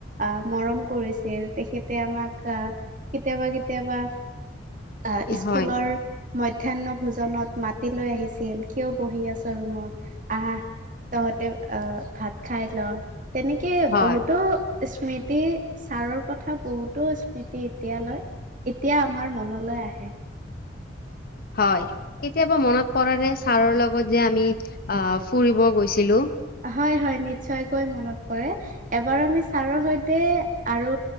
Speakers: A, on the right; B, on the left.
A: আহ মৰম কৰিছিল। তেখেতে আমাক আহ কেতিয়াবা কেতিয়াবা, আহ স্কুলৰ,
B: হয়,
A: মধ্যাহ্ন ভোজনত মাতি লৈ আহিছিল, কিয় বহি আছ ৰুমত, আহ তহঁতে আহ ভাত খাই ল। তেনেকে
B: হয়,
A: বহুতো স্মৃতি, ট ছাৰৰ কথা বহুতো স্মৃতিত, তিয়ালৈ এতিয়া আমাৰ মনলৈ আহে।
B: হয়। কেতিয়াবা মনত পৰে নে, ছাৰৰ লগত যে আমি আহ ফুৰিব গৈছিলো।
A: হয় হয় নিশ্চয়কৈ মনত পৰে। এবাৰ আমি ছাৰৰ সৈতে আৰু